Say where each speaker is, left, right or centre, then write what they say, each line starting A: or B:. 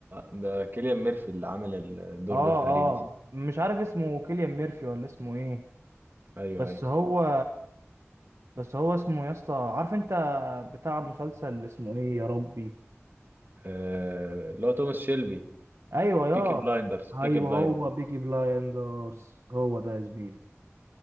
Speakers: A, on the right; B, on the right.
A: ده كيليان ميرفي اللي عامل الدور
B: اه
A: ده تقريبا
B: اه
A: صح؟
B: مش عارف اسمه كيليان ميرفي ولا اسمه ايه
A: ايوه
B: بس
A: ايوه
B: هو بس هو اسمه يا اسطى عارف انت بتاع مسلسل اسمه ايه يا ربي
A: آه، اللي هو توماس شيلبي
B: ايوه يا
A: بيكي بلايندرز بيكي
B: ايوه
A: بلايندرز
B: هو بيكي بلايندرز هو ده يا زميلي